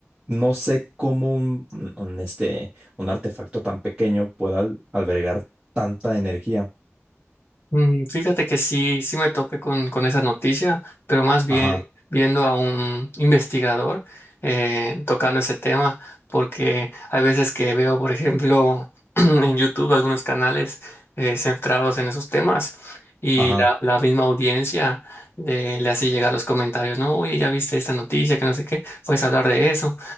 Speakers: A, on the right; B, on the left.
A: no sé cómo un, un- un, este, un artefacto tan pequeño pueda al- albergar tanta energía.
B: Mm, Fíjate que sí, sí me topé con, con esa noticia, pero más bien
A: Ajá,
B: viendo a un investigador eh, tocando ese tema, porque hay veces que veo, por ejemplo, <clears throat> en YouTube algunos canales eh, centrados en esos temas y
A: ajá,
B: la, la misma audiencia le, le hace llegar los comentarios, ¿no? Oye, ya viste esta noticia, que no sé qué, puedes hablar de eso.